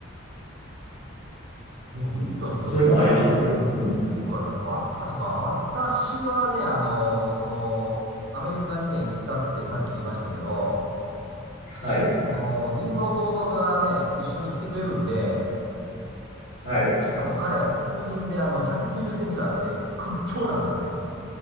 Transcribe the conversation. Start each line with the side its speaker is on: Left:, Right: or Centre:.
Right: ー。でも、インドに旅行する人、
Left: そういうのありますうん。
Right: うん、結構あれですねわ、あ、そうか、私はね、あのーその、アメリカにね、行ったってさっき言いましたけど、
Left: はい。
Right: その、義理の弟がね、一緒に来てくれるんで、
Left: はい。
Right: しかも彼は黒人であの190センチがあって屈強なんですね。